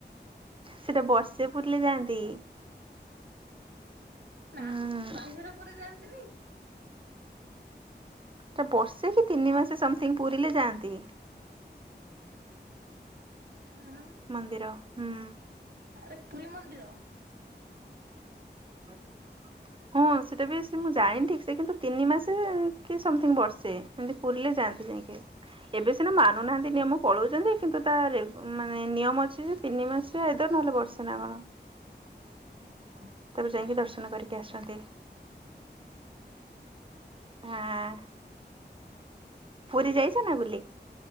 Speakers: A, on the right (about 30°); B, on the right (about 70°).
A: ସେଟା ବର୍ଷେ ପୁରିଲେ ଯାଆନ୍ତି।
B: ନାମ
A: ହୁଁ।
B: ବାହା ହେଇସାରିଲା ପରେ ଯାଆନ୍ତିନି?
A: ସେ ବର୍ଷେ କି ତିନି ମାସେ ସମଥିଙ୍ଗ ପୂରିଲେ ଯାଆନ୍ତି।
B: ହୁଁ।
A: ମନ୍ଦିର ହୁଁ।
B: ଆରେ ପୁରୀ ମନ୍ଦିର।
A: <inaudible> ହଁ ସେଟା ବି ସେ ମୁଁ ଜାଣିନି ଠିକ୍ ସେ କିନ୍ତୁ ତିନି ମାସେ କି ସମଥିଙ୍ଗ୍ ବର୍ଷେ। ଏମତି ପୁରିଲେ ଯାଆନ୍ତି ଯାଇଁକି। ଏବେ ସିନା ମାନୁନାହାନ୍ତି ନିୟମ ପଳୋଉଚନ୍ତି କିନ୍ତୁ ତା ରେ ମାନେ ନିୟମ ଅଛି ଯେ ତିନି ମାସରେ ଆଇଦର ନହେଲେ ବର୍ଷେ ନା କଣ।
B: ହେ ଭ
A: ତାପରେ ଯାଇକି ଦର୍ଶନ କରିକି ଆସନ୍ତି ହାଁ। ପୁରୀ ଯାଇଚ ନା ବୁଲି?